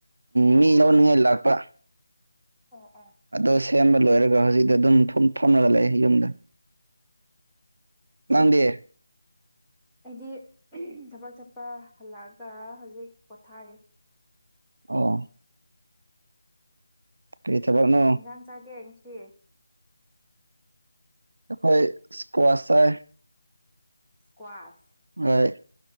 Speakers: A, on the right; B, in the centre.
A: ꯃꯤ ꯂꯧꯅꯤꯡꯉꯥꯏ ꯂꯥꯛꯄ
B: ꯑꫭ-ꯑꫭ꯫
A: ꯑꯗꯣ ꯁꯦꯝꯕ ꯂꯣꯏꯔꯒ ꯍꯧꯖꯤꯛꯇ ꯑꯗꯨꯝ ꯐꯝ ꯐꯝꯔꯒ ꯂꯩꯑꯦ ꯌꯨꯝꯗ꯫ ꯅꯪꯗꯤ꯫
B: ꯑꯩꯗꯤ ꯊꯕꯛ ꯆꯠꯄ ꯍꯜꯂꯛꯑꯒ ꯍꯧꯖꯤꯛ ꯄꯣꯊꯥꯔꯤ꯫
A: ꯑꯣ꯫ ꯀ꯭ꯔꯤ ꯊꯕꯛꯅꯣ꯫
B: ꯀꯩ ꯏꯟꯖꯥꯡ ꯆꯥꯒꯦ ꯉꯁꯤ
A: ꯑꯩꯈꯣꯏ ꯏꯁꯀ꯭ꯋꯥꯁꯔ
B: ꯀ꯭ꯋꯥꯥꯁ
A: ꯍꯣꯏ